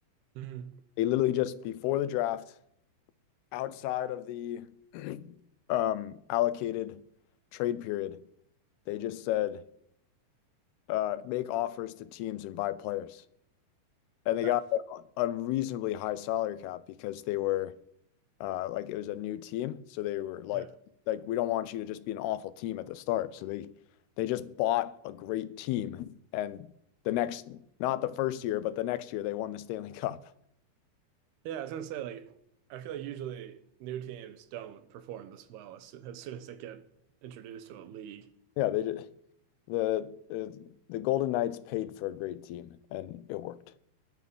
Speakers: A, on the right; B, on the left.
A: Mhm.
B: They literally just before the draft outside of the <clears throat> um, allocated trade period, they just said, uh, "Make offers to teams and buy players." and They
A: Yeah.
B: got unreasonably high salary cap because they were uh, like it was a new team, so they were like,
A: yeah.
B: like "We don't want you to just be an awful team at the start." So They they just bought a great team, and the next, not the first year, but the next year, they won the Stanley <laughs> Cup.
A: Yeah, I was gonna say like I feel like usually new teams don't perform this well as soon as, soon as they get introduced to a league.
B: Yeah, they just, the the the Golden Knights paid for a great team, and it worked.